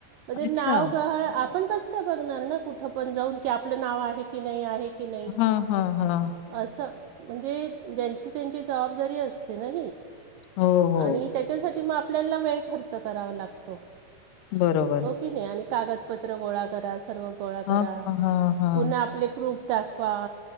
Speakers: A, on the right (about 70°); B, on the left (about 75°).
A: म ते
B: अच्छा.
A: नाव गहळ आपण कस का बघणार ना कुठ पण जाऊन की आपलं नाव आहे की नाही आहे की नाही
B: हम् हम् हम्
A: असं म्हणजे ज्यांची त्यांची जबाबदारी असते ना
B: हो, हो.
A: आणि त्याच्यासाठी मग आपल्याला वेळ खर्च करावा लागतो
B: बरोबर
A: हो कागदपत्र ग करा सव गोळा
B: हां,
A: करा
B: हां, हां.
A: पु्हा आप प्र तफा